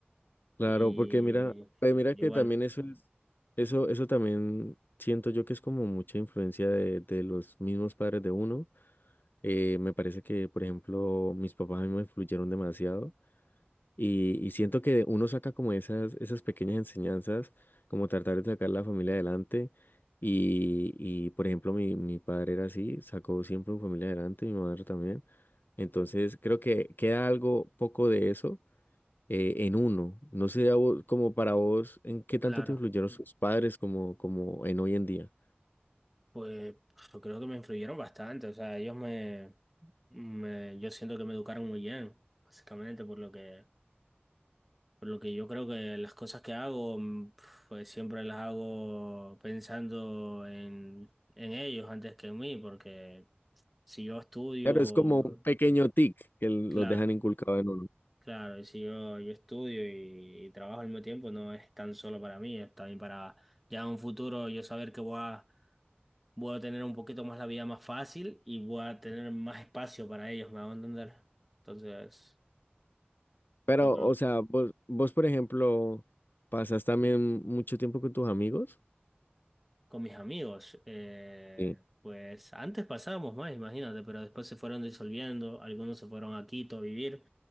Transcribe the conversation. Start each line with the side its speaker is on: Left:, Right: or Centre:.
Left: Claro,
Centre: Y,
Left: porque mira, pues mira
Centre: y
Left: que
Centre: bueno,
Left: también eso es, eso, eso también siento yo que es como mucha influencia de, de los mismos padres de uno. Eh, me parece que, por ejemplo, mis papás a mí me influyeron demasiado y, y siento que uno saca como esas, esas pequeñas enseñanzas, como tratar de sacar la familia adelante. Y, y por ejemplo, mi, mi padre era así, sacó siempre su familia adelante, mi madre también. Entonces, creo que queda algo poco de eso eh, en uno. No sé, a vos- como para vos, ¿en qué tanto
Centre: claro,
Left: te influyeron sus padres como, como en hoy en día?
Centre: pues yo creo que me influyeron bastante. O sea, ellos me, me, yo siento que me educaron muy bien, básicamente por lo que Por lo que yo creo que las cosas que hago, mm, pues siempre las hago pensando en, en ellos antes que en mí, porque si yo estudio,
Left: Claro, es como un pequeño tic que los
Centre: claro,
Left: dejan inculcado en uno.
Centre: claro, y si yo, yo estudio y, y trabajo al mismo tiempo, no es tan solo para mí, es también para ya en un futuro yo saber que voy a, voy a tener un poquito más la vida más fácil y voy a tener más espacio para ellos, me hago entender. Entonces,
Left: Pero,
Centre: yo creo
Left: o sea, vos, vos, por ejemplo, ¿pasas también mucho tiempo con tus amigos?
Centre: Con mis amigos, eh,
Left: Sí.
Centre: pues antes pasábamos más, imagínate, pero después se fueron disolviendo, algunos se fueron a Quito a vivir.